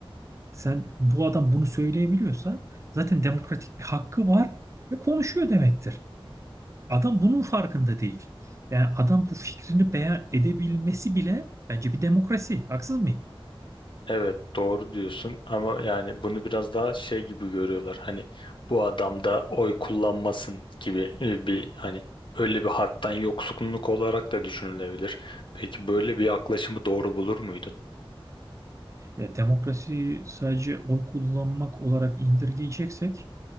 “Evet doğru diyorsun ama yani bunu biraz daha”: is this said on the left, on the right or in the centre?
Left